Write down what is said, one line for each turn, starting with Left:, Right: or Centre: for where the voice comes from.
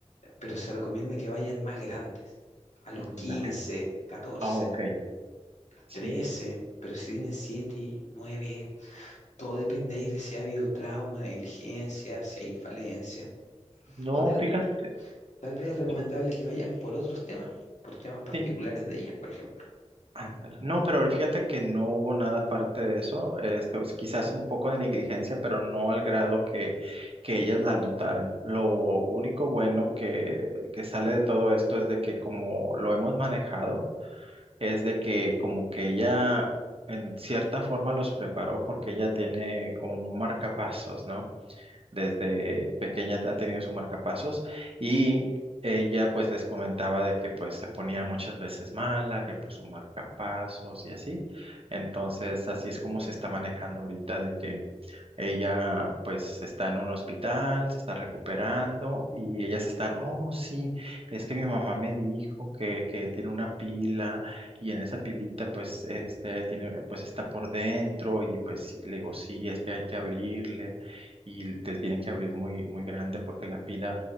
Left: pero se recomienda que vayan más grandes, a los
Right: ujú,
Left: quince
Right: Dale.
Left: catorce
Right: Ah, ok. Sí.
Left: trece pero si tienen 7, nueve todo depende ahí de si ha habido trauma, negligencia, si hay falencia,
Right: No,
Left: o tal,
Right: fíjate.
Left: tal vez es recomendable
Right: fí-
Left: que vayan por otros temas, por temas particulares
Right: Sí.
Left: de ellas, por ejemplo.
Right: Ándale. No, pero fíjate que no hubo nada aparte de eso. Este, pues, quizás un poco de negligencia, pero no al grado que, que ellas la notaran. Lo único bueno que, que sale de todo esto es de que como lo hemos manejado, es de que como que ella en cierta forma los preparó porque ella tiene como un marcapasos, ¿no? desde pequeña ha tenido su marcapasos y ella pues les comentaba de que pues se ponía muchas veces mala, que puso marcapasos y así. Entonces así es como se está manejando ahorita de que ella pues está en un hospital, se está recuperando y ellas están, oh sí, es que mi mamá me dijo que, que tiene una pila y en esa pilita pues este tiene pues está por dentro y pues sí, le digo sí, es que hay que abrirle y l- te tienen que abrir muy, muy grande porque la pila